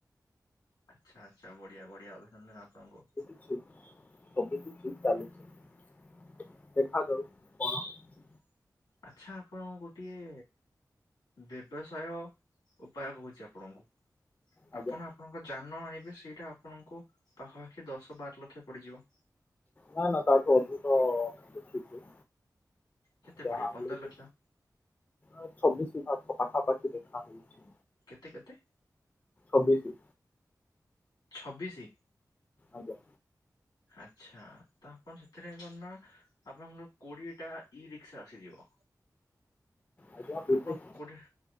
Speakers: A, on the left (about 80°); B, on the left (about 25°).
A: ଆଚ୍ଛା, ଆଚ୍ଛା, ବଢିଆ ବଢିଆ ଅଭିନନ୍ଦନ ଆପଣଙ୍କୁ।
B: ସୁ ସବୁ କିଛି ଚାଲିଛି। ଦେଖାଯାଉ କଣ ହେଉଛି
A: ଆଛା, ଆପଣଙ୍କୁ ଗୋଟିଏ ବ୍ୟବସାୟ ଉପାୟ କହୁଛି ଆପଣଙ୍କୁ।
B: ଆଜ୍ଞା
A: ଆପଣ ଆପଣଙ୍କ ଯାନ ଆଣିବେ, ସେଇଟା ଆପଣଙ୍କୁ ପାଖାପାଖି ଦଶ ବାର ଲକ୍ଷ ପଡିଯିବ।
B: ନା, ନା, ତାଠୁ ଅଧିକ ଦେଖିଚି।
A: କେତେ
B: ଯାହା
A: ପଡିବ ପନ୍ଦର
B: ହେଲେବି,
A: ଲକ୍ଷ
B: ଆଁ ଛବିଶି ପାଖ ପାଖାପାଖି ଦେଖା ହେଇଚି।
A: କେତେ କେତେ?
B: ଛବିଶି।
A: ଛବିଶି।
B: ଆଜ୍ଞା।
A: ଆଚ୍ଛା, ତ ଆପଣ ସେଥିରେ କଣ ନା ଆପଣଙ୍କର କୋଡିଏଟା ଇ ରିକ୍ସ ଆସିଯିବ।
B: ଆଜ୍ଞା ବୁଝୁଛି।
A: ଆପଣ କୋଡିଏ